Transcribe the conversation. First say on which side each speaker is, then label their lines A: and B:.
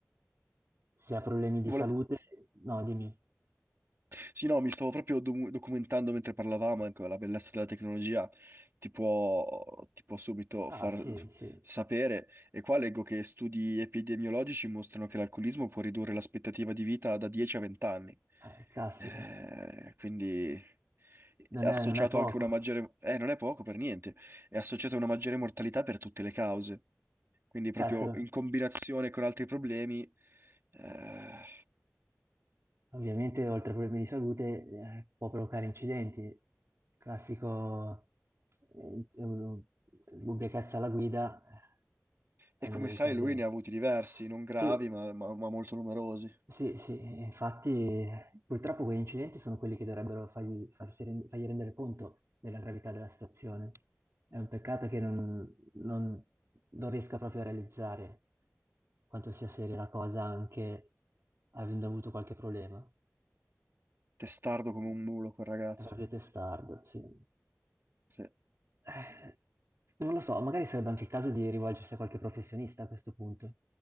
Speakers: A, on the right; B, on the right.
A: Se ha problemi di
B: volevo...
A: salute, no, dimmi.
B: Sì, no, mi stavo proprio do- documentando mentre parlavamo, ecco, la bellezza della tecnologia ti può, ti può subito
A: Ah,
B: far
A: sì, sì.
B: sapere. E qua leggo che studi epidemiologici mostrano che l'alcolismo può ridurre l'aspettativa di vita da 10 a 20 anni.
A: Eh, caspita,
B: Eh, quindi
A: non
B: è associato
A: è, non è poco.
B: anche a una maggiore... Eh, non è poco per niente, è associato a una maggiore mortalità per tutte le cause. Quindi proprio
A: Certo,
B: in combinazione con altri problemi... eh,
A: ovviamente oltre a problemi di salute eh, può provocare incidenti. Classico eh, u- ubriachezza alla guida eh, è
B: E
A: una
B: come
A: delle
B: sai,
A: case...
B: lui ne ha avuti diversi, non gravi,
A: Sì,
B: ma, ma- ma molto numerosi.
A: Sì, sì, infatti purtroppo quegli incidenti sono quelli che dovrebbero fargli, farsi ren- fargli rendere conto della gravità della situazione. È un peccato che non, non- non riesca proprio a realizzare quanto sia seria la cosa anche avendo avuto qualche problema.
B: Testardo come un mulo, quel ragazzo.
A: È proprio testardo, sì.
B: Sì.
A: Eh, non lo so, magari sarebbe anche il caso di rivolgersi a qualche professionista a questo punto.